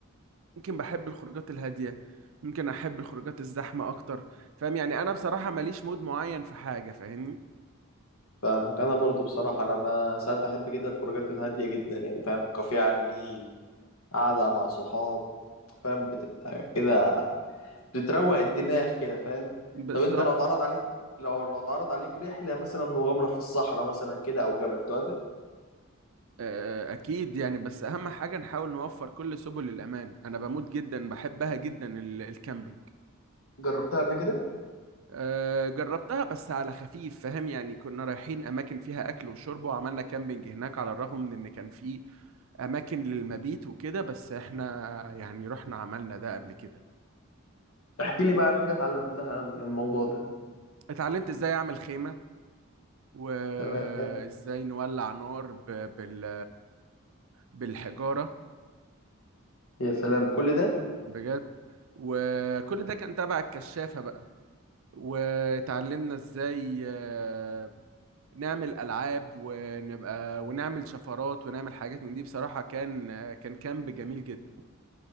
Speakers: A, on the right; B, on the left.
A: ممكن بحب الخروجات الهادية ممكن احب الخروجات الزحمة اكتر فاهم يعني انا بصراحة ماليش مود معين في حاجة فاهمني
B: فاهمك انا برضو بصراحة انا ب... ساعات بحب جدا الخروجات الهادية جدا يعني فاهم كافيه على النيل قاعدة مع صحاب فاهم بتبقى كده بتروق الدماغ كده فاهم
A: بالظبط
B: طب انت لو اتعرض عليك لو لو اتعرض عليك رحلة مثلا مغامرة في الصحراء مثلا كده او جبل توافق
A: آه، أكيد يعني بس أهم حاجة نحاول نوفر كل سبل الأمان أنا بموت جدا بحبها جدا ال- الكامبينج
B: جربتها قبل كده
A: آه، جربتها بس على خفيف فاهم يعني كنا رايحين أماكن فيها أكل وشرب وعملنا كامبينج هناك على الرغم من إن كان في أماكن للمبيت وكده بس إحنا يعني رحنا عملنا ده قبل كده
B: احكي لي بقى عن حاجة اتعلمتها من الموضوع ده
A: اتعلمت إزاي أعمل خيمة وإزاي
B: تمام
A: نولع نار ب- بال بالحجارة
B: يا سلام كل ده
A: بجد وكل ده كان تبع الكشافة بقى واتعلمنا ازاي آه، نعمل العاب ونبقى ونعمل شفرات ونعمل حاجات من دي بصراحة كان آه، كان كامب جميل جدا